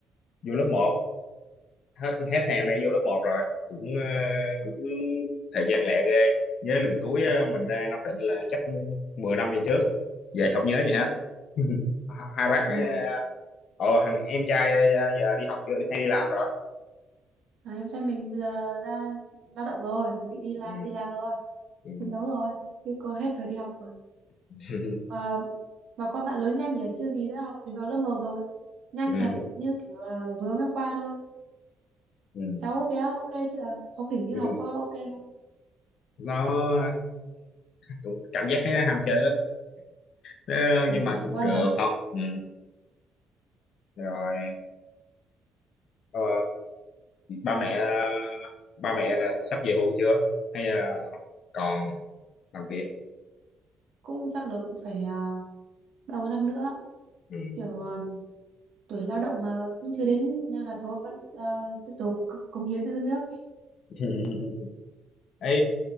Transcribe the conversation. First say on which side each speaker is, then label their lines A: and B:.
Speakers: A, on the left (about 70°); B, on the right (about 75°).
A: vô lớp một. hết hết hè nay vô lớp một rồi cũng ờ,
B: Ừ.
A: cũng thời gian lẹ ghê nhớ lần cuối ờ, mình ra Nam Định là chắc 10 năm về trước về không nhớ gì hết <laughs> hai bác
B: À,
A: ờ, ồ thằng em trai ờ, giờ đi học chưa hay đi làm rồi
B: à, em trai mình bây giờ ra lao động rồi, chuẩn bị đi
A: ừ.
B: làm đi làm rồi,
A: Ừ.
B: chiến đấu rồi, chứ cô hết thời đi học rồi.
A: <laughs>
B: Và và con bạn lớn nhanh nhỉ, chưa gì đã học chiến đấu lớp một rồi. Nhanh
A: Ừ.
B: thật ấy, như kiểu là vừa mới hôm qua thôi.
A: Ừ.
B: cháu bé ok chứ là có kiểu như
A: Ừ.
B: học có ok không
A: nó cũng cảm giác nó ham chơi lắm Ờ,
B: ồ
A: nhưng mà
B: trẻ
A: cũng
B: con
A: được
B: mà
A: không ừ. rồi ờ, ba mẹ ba mẹ là sắp về hưu chưa hay là còn làm việc
B: cũng chắc là cũng phải à, ba bốn năm nữa
A: ừ.
B: kiểu à, tuổi lao động mà cũng chưa đến nên là thôi vẫn à, tiếp tục c- cống hiến cho đất nước
A: <laughs> Ê,